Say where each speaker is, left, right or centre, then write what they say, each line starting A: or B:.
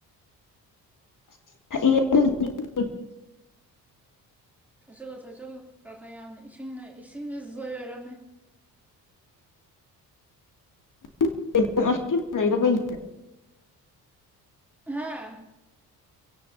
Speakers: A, on the left (about 40°); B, in the centre.
A: <inaudible> <inaudible> <inaudible>
B: ꯊꯛꯆꯜꯂꯨ ꯊꯛꯆꯜꯂꯨ ꯈꯔ ꯈꯔ ꯌꯥꯝꯅ ꯏꯁꯤꯡꯅ ꯏꯁꯤꯡꯅ ꯖꯣꯏ ꯑꯣꯏꯔꯝꯃꯦ
A: <unintelligible> <unintelligible>
B: ꯍꯥꯥ